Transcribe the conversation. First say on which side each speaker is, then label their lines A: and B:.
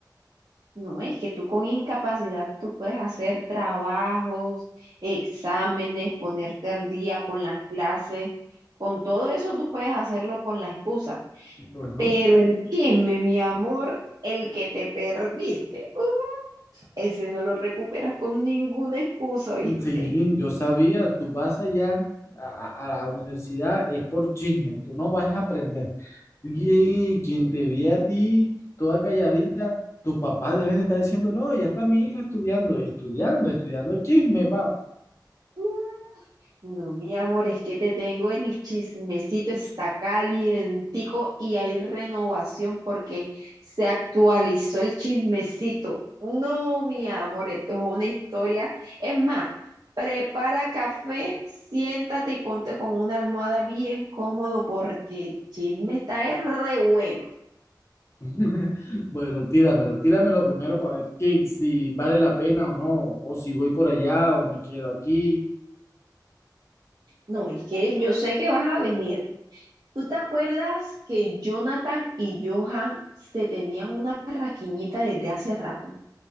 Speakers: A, on the right (about 60°); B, on the left (about 35°).
A: No, es que tú con incapacidad tú puedes hacer trabajos, exámenes, ponerte al día con las clases, con todo eso tú puedes hacerlo con la excusa,
B: Bueno,
A: pero el chisme, mi amor, el que te perdiste, uh, ese no lo recuperas con ninguna excusa, ¿viste?
B: sí, yo sabía, tú vas allá a, a- a la universidad, es por chisme, tú no vas a aprender. Oye, quien te ve a ti, toda calladita, tus papás deben de estar diciendo, no, ya está mi hija estudiando, estudiando, estudiando chisme, pa.
A: <laughs> No, mi amor, es que te tengo el chismecito, está calientico y hay renovación porque se actualizó el chismecito. No, mi amor, esto es una historia. Es más, prepara café, siéntate y ponte con una almohada bien cómodo porque el chisme está es re bueno.
B: <laughs> Bueno, tíramelo, tíramelo primero para ver qué, si vale la pena o no, o si voy por allá o me quedo aquí.
A: No, es que yo sé que vas a venir. ¿Tú te acuerdas que Jonathan y Johan se tenían una raquiñita desde hace rato?